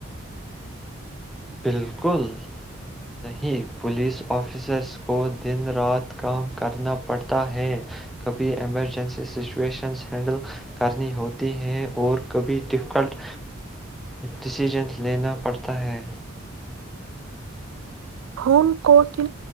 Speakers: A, in the centre; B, on the right.
A: بالکل نہیں پولیس آفیسرس کو دن رات کام کرنا پڑتا ہے کبھی ایمرجنسی سچویشنز ہینڈل کرنی ہوتی ہیں اور کبھی ڈفیکلٹ ڈسیزنز لینا پڑتا ہے
B: فون کو کن